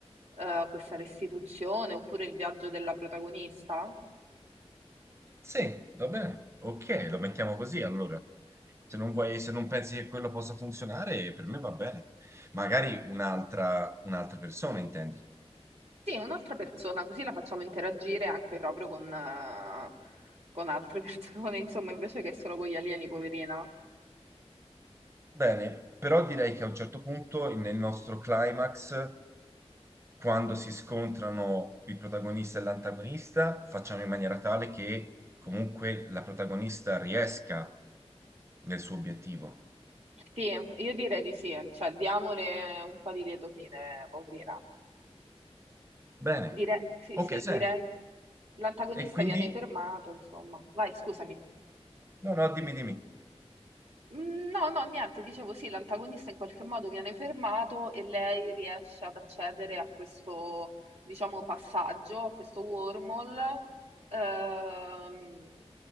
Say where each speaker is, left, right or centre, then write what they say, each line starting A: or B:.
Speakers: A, on the right; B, on the right.
A: eh, questa restituzione, oppure il viaggio della protagonista.
B: Sì, va bene. Ok, lo mettiamo così allora. Se non vuoi, se non pensi che quello possa funzionare, per me va bene. Magari un'altra un'altra persona, intendi.
A: Sì, un'altra persona, così la facciamo interagire anche proprio con, eh, con altre persone, <laughs> insomma, invece che solo con gli alieni, poverina.
B: Bene, però direi che a un certo punto nel nostro climax, quando si scontrano il protagonista e l'antagonista, facciamo in maniera tale che comunque la protagonista riesca nel suo obiettivo.
A: Sì, io direi di sì, cioè diamole un po' di lieto fine, poverina.
B: Bene.
A: Direi, sì,
B: Ok,
A: sì,
B: senti.
A: direi. L'antagonista
B: E quindi...
A: viene fermato, insomma. Vai, scusami.
B: No, no, dimmi, dimmi.
A: Mm, No, no, niente, dicevo sì, l'antagonista in qualche modo viene fermato e lei riesce ad accedere a questo, diciamo, passaggio, a questo wormhole, ehm,